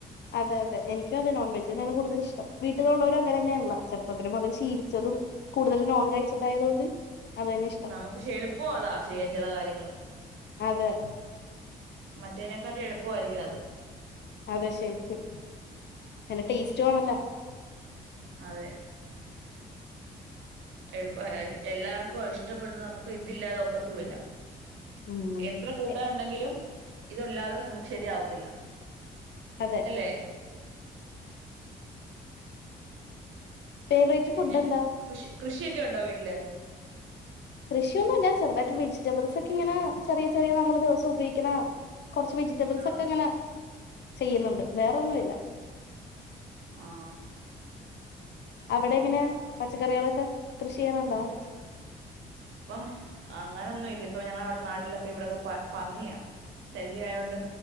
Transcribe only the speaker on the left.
അതെ അതെ എനിക്കും അതെ നോൺ വെജന്നെയാണ് കൂടുതൽ ഇഷ്ട്ടം വീട്ടിലുള്ളോര് അങ്ങെനെന്നെ ആണല്ലോ ചെറുപ്പത്തിലും മുതൽ ശീലിച്ചതും കൂടുതലും നോൺ കഴിച്ചിട്ടായതുകൊണ്ട് അതന്നെ ഇഷ്ടം
അതെ
അതെ ശരിക്കും നല്ല ടേസ്റ്റ്ണല്ലാ.
ഉം
എ-
അതെ
ഫേവറേറ്റ്
ഫുഡ് എന്താ?
കൃഷിയൊന്നുല്ല ചെറുതായിട്ട് വെജിറ്റബിൾസെക്കെ ഇങ്ങനെ ചെറിയ ചെറിയ നമ്മള് ദിവസം ഉപയോഗിക്ക്ണ കോറച്ച് വെജിറ്റബിൾസ്
ഒക്കെ ഇങ്ങനെ ചെയ്യുന്നുണ്ട്. വേറോന്നുല്ല
അവിടെ എങ്ങനെയാ പച്ചക്കറികളൊക്കെ കൃഷി ചെയ്യണുണ്ടോ?